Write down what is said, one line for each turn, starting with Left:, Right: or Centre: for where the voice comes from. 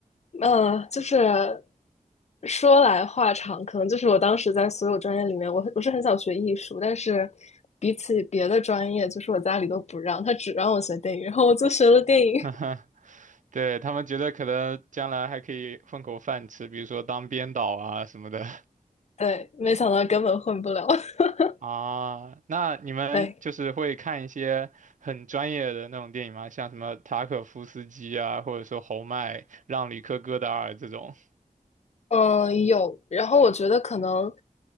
Left: 嗯，就是说来话长，可能就是我当时在所有专业里面，我我是很想学艺术，但是比起别的专业，就是我家里都不让，他只让我学电影，然后我就学了电影。
Right: <laughs> 对，他们觉得可能将来还可以混口饭吃，比如说当编导啊什么的。
Left: <laughs> 对，没想到根本混不了。<laughs>
Right: 啊，那你们就是会看一些很专业的那种电影吗？
Left: 哎，
Right: 像什么塔可夫斯基啊，或者说侯麦、让吕克·戈达尔这种。
Left: 嗯，有。然后我觉得可能